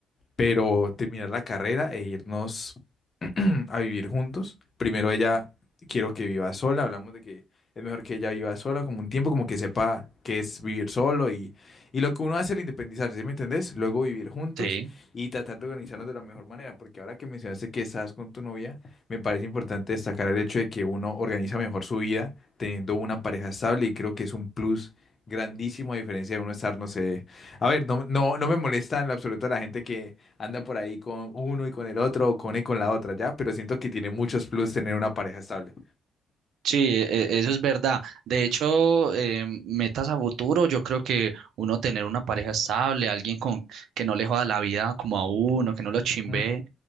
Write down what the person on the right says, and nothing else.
Sí.
Sí, e- e- eso es verdad. De hecho, eh, metas a futuro, yo creo que uno tener una pareja estable, alguien con que no le joda la vida como a uno, que no lo chimbe,